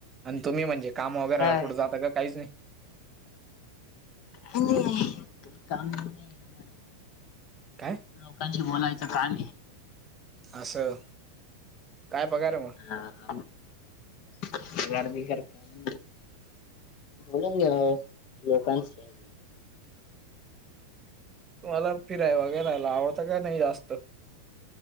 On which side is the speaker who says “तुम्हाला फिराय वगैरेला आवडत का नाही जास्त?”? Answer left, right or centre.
Right